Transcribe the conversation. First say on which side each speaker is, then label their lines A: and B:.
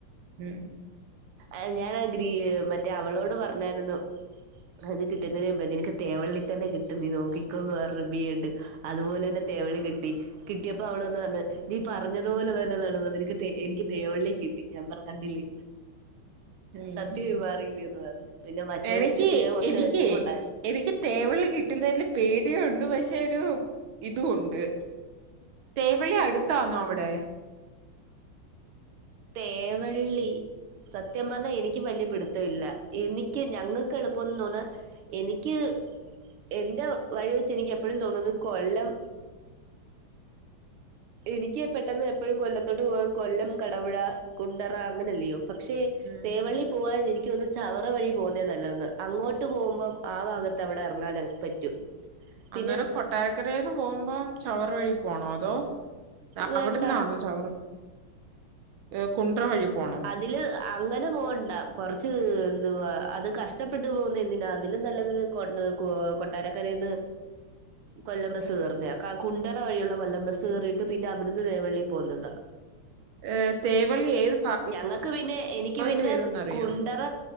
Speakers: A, on the right (about 70°); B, on the right (about 90°).
A: ഉം
B: ആഹ് ഞാനാ ഗ്രീ മറ്റേ അവളോട് പറഞ്ഞായിരുന്നു അത് കിട്ടുന്നതിനു മുമ്പ് നിനക്ക് തേവള്ളിത്തന്നെ കിട്ടും നീ നോക്കിക്കോന്ന് പർഞ്ഞ് ബി യെ ഡ് അതുപോലെ തന്നെ തേവളളി കിട്ടി കിട്ടിയപ്പോ അവള് വന്ന് പറഞ്ഞ് ടീ പറ പറഞ്ഞതു പോലെ തന്നെ നടന്നത് നിന എനിക്ക് തേവള്ളി കിട്ടി ഞാൻ പറഞ് കണ്ടില്ലേ
A: ഉം
B: സത്യമറിയില്ലെന്ന് പറഞ്ഞു പിന്നെ മറ്റവക്ക്
A: എനിക്ക്
B: കിട്ടിയില്ല കോർച്ച്
A: എനിക്ക്
B: വെഷമോണ്ടായിരുന്നു
A: എനിക്ക് തേവള്ളി കിട്ടുന്നതിൽ പേടിയുണ്ട് പക്ഷെ ഒരു ഇതു ഉണ്ട്. തേവള്ളി അടുത്താന്നോ അവിടെ?
B: തേവള്ളി സത്യം പറഞ്ഞാ എനിക്കും വല്യ പിടുത്തം ഇല്ല എനിക്ക് ഞങ്ങക്ക് എളുപ്പൊന്ന് തോന്നാ എനിക്ക് എന്റെ വഴി വെച്ച് എനിക്ക് എപ്പഴും തോന്നുന്നത് കൊല്ലം എനിക്ക് പെട്ടെന്ന് എപ്പഴും കൊല്ലത്തോട്ട് പോവാൻ കൊല്ലം ക തവഴ, കുണ്ടറ അങ്ങനെല്ലയോ പക്ഷേ
A: ഉം
B: തേവള്ളി പോകാൻ എനിക്ക് തോന്നുന്നു ചവറ വഴി പോകുന്നേ നല്ലതന്ന് അങ്ങോട്ട് പോകുമ്പം ആഹ് ഭാഗത്ത് അവിടെ എറങ്ങാന് പറ്റും. പിന്നെ
A: അന്നേരം കൊട്ടാരക്കരെന്ന് പോകുമ്പം ചവറ വഴി പോണോ അതോ
B: വേണ്ട
A: അവിടന്നാണോ ചവറ് ഏഹ് കുൺറ വഴി പോണോ?
B: അതില് അങ്ങനെ പോണ്ട കോർച്ച് എന്തുവാ അത് കഷ്ടപ്പെട്ട് പോകുന്നെ എന്തിനാ അതിലും നല്ലത് കൊട്ന്ന് കൊ കൊട്ടാരക്കരെന്ന്
A: ഉ
B: കൊല്ലം ബസ് കയറുന്നയാ ക കുണ്ടറ വഴിയുള്ള കൊല്ലം ബസ് കയറിയിട്ട് പിന്നെ അവിടുന്ന് തേവള്ളിൽ പോകുന്നതാ.
A: ഏഹ് തേവള്ളി ഏത്
B: ഞങ്ങൾക്ക് പിന്നെ എനിക്ക്
A: ഭാഗമായിട്ട്
B: പിന്നെ
A: വരുംന്നറിയോ
B: കുണ്ടറ